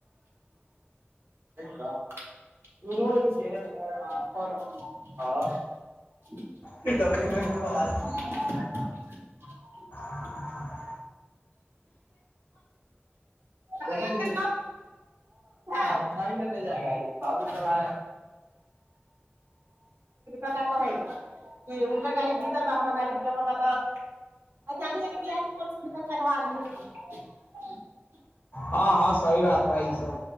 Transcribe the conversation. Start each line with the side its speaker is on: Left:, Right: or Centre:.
Right: <unintelligible>
Left: ہاں <unintelligible>
Right: ہاں سپ ہی م جائے گا ب چے گا <inaudible> اگر گاڑی بھیتر باہ ہم گاڑی دراا <unintelligible> اچھب تے آ کون س <unintelligible> لگوانی ہوتی <unintelligible>
Left: ہاں ہاں سی بات <unintelligible> تو وہائی سب